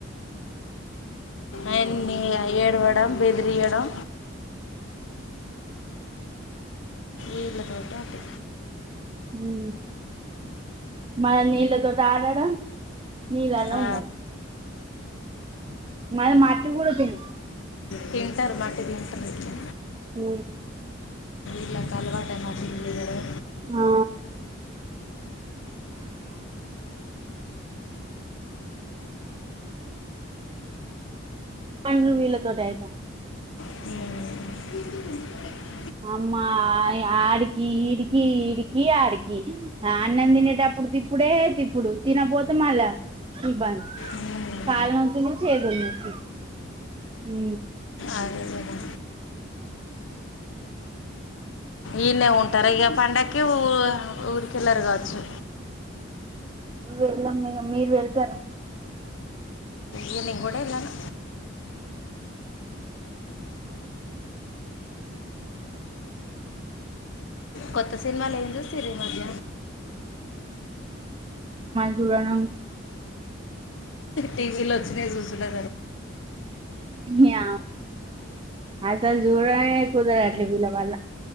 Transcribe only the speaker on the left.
ఆయన్ని ఏడ్వడం బెదిరియ్యడం ఏళ పాట అ
ఆ,
తింటరు మట్టి తింటరు
వీళ్లకు అలవాటే మట్టి తినడం
ఊ
ఉమ్.
అదే కదా ఈన్నే ఉంటార ఇగ పండక్ ఊరికెళ్ళారు కావచ్చు
నేను కూడా వెళ్ళను కొత్త సినిమా లే ఏం చూసిరీ ఈ మధ్య
టీవీలో వచ్చిన చూస్తుడే